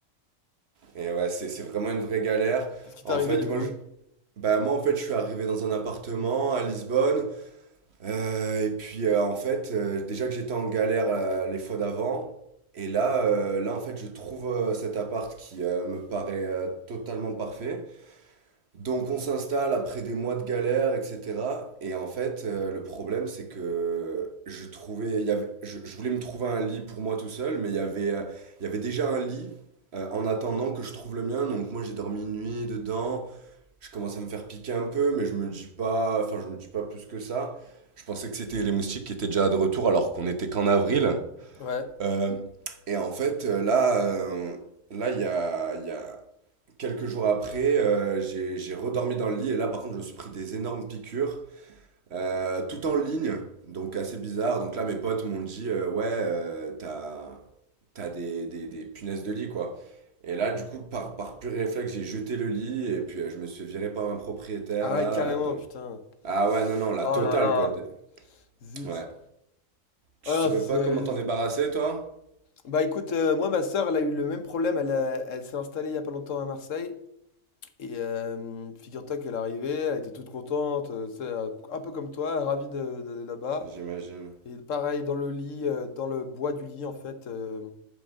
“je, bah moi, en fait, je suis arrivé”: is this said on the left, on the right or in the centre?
Right